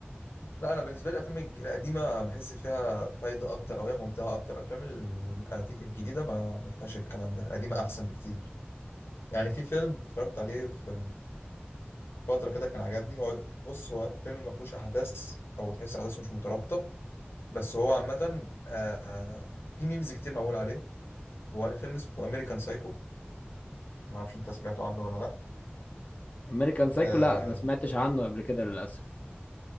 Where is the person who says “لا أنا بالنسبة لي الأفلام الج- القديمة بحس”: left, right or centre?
Left